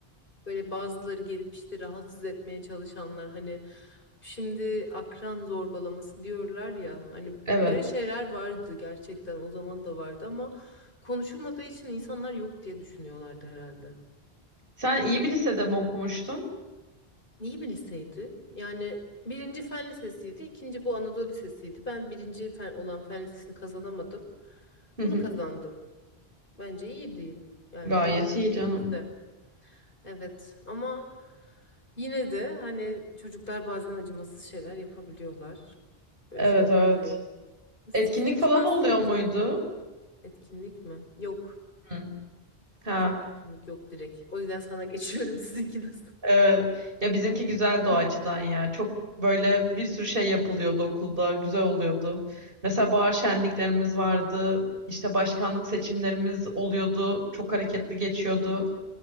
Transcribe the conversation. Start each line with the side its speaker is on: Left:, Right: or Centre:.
Left: böyle bazıları gelip işte rahatsız etmeye çalışanlar hani şimdi akran zorbalaması diyorlar ya hani
Right: evet.
Left: böyle şeyler vardı gerçekten o zaman da vardı ama konuşulmadığı için insanlar yok diye düşünüyorlardı herhalde.
Right: Sen iyi bir lisede mi okumuştun?
Left: İyi bir liseydi. Yani birinci fen lisesiydi, ikinci bu Anadolu Lisesi'ydi. Ben birinci fen olan fen lisesini kazanamadım.
Right: Hı
Left: Bunu
Right: hı.
Left: kazandım. Bence iyiydi. Yani
Right: Gayet
Left: en iyi
Right: iyi
Left: ikinci
Right: canım.
Left: lise. Evet ama yine de hani çocuklar bazen acımasız şeyler yapabiliyorlar. Böyle
Right: Evet
Left: şeyler oluyor.
Right: evet.
Left: Sizinki
Right: Etkinlik falan
Left: nasıldı?
Right: oluyor muydu?
Left: Etkinlik mi? Yok.
Right: Hı. Ha,
Left: Bizde etkinlik yok direkt. O yüzden sana geçiyorum. <laughs> Sizinki nasıl?
Right: evet. Ya bizimki güzeldi
Left: <clears throat>
Right: o açıdan ya. Çok böyle bir sürü şey yapılıyordu okulda. Güzel oluyordu. Mesela bahar şenliklerimiz vardı. İşte başkanlık seçimlerimiz oluyordu. Çok hareketli geçiyordu.